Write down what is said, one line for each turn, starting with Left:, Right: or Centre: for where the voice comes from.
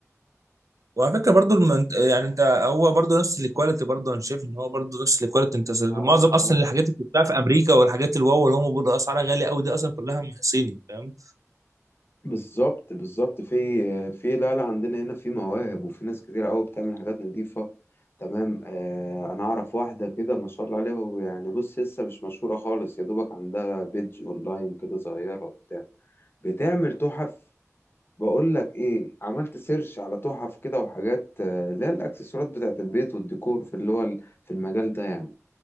Right: وعلى فكره برضو المنت... يعني انت هو برضو نفس الكواليتي برضو انا شايف ان هو برضو نفس الكواليتي انت معظم
Left: اه
Right: اصلا
Left: اه
Right: الحاجات اللي بتتباع في امريكا والحاجات الواو اللي هم بيقولوا اسعارها غاليه قوي دي اصلا كلها من صيني فاهم
Left: بالظبط بالظبط في في لا لا عندنا هنا في مواهب وفي ناس كتير قوي بتعمل حاجات نظيفة تمام آه انا اعرف واحدة كده ما شاء الله عليها ويعني بص لسه مش مشهورة خالص يا دوبك عندها بيدج اونلاين كده صغيرة وبتاع بتعمل تحف بقول لك ايه عملت سيرش على تحف كده وحاجات آه، اللي هي الاكسسوارات بتاعت البيت والديكور في اللي هو ال- في المجال ده يعني